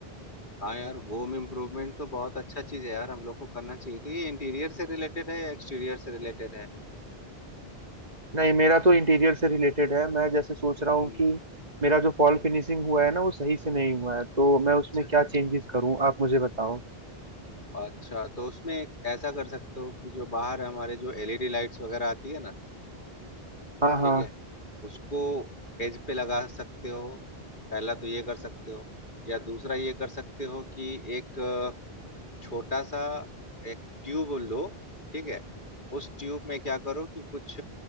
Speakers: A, on the left; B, on the right.
A: हाँ यार होम इम्प्रूवमेंट तो बहुत अच्छा चीज है यार हम लोग को करना चाहिए तो ये इंटीरियर से रिलेटेड है या एक्सटीरियर से रिलेटेड है
B: नहीं मेरा तो इंटीरियर से रिलेटेड है मैं जैसे सोच
A: हम्म
B: रहा हूँ कि मेरा जो फॉल फिनिशिंग हुआ है ना वो सही से नहीं हुआ है तो मैं उसमें
A: अच्छा अच्छा
B: क्या चेंजेस करूँ आप मुझे बताओ
A: अच्छा तो उसमें एक ऐसा कर सकते हो कि जो बाहर हमारे जो एलईडी लाइट्स वगैरह आती है ना
B: हाँ हाँ
A: ठीक है उसको एज पे लगा सकते हो पहला तो ये कर सकते हो या दूसरा ये कर सकते हो कि एक छोटा सा एक ट्यूब लो ठीक है उस ट्यूब में क्या करो कि कुछ